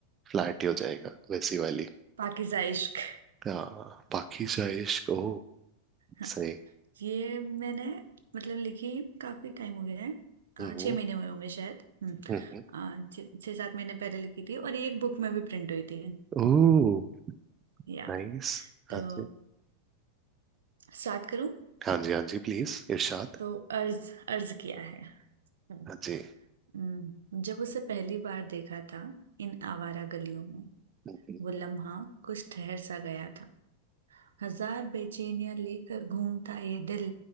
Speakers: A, on the right (about 25°); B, on the right (about 70°).
A: फ्लैट ही हो जाएगा वैसी वाली
B: पाकिज़ा इश्क
A: हाँ बाकी जाए इश्क ओ
B: हाँ,
A: सही
B: ये मैंने मतलब लिखी काफी टाइम हो गया है अ,
A: हम्म
B: छह महीने हुए होंगे शायद हम्म
A: हम्म
B: अ, छह छह सात महीने पहले लिखी थी और ये एक बुक में भी प्रिंट हुई थी
A: ओ
B: या
A: नाइस
B: तो
A: हाँ जी
B: स्टार्ट करूँ
A: हाँ जी हाँ जी प्लीज इरशाद
B: तो अर्ज अर्ज किया है हम्म
A: हाँ जी
B: हम्म, जब उसे पहली बार देखा था इन आवारा गलियों में
A: हम्म,
B: वो लम्हा कुछ ठहर सा गया था हजार बेचैनियां लेकर घूमता ये दिल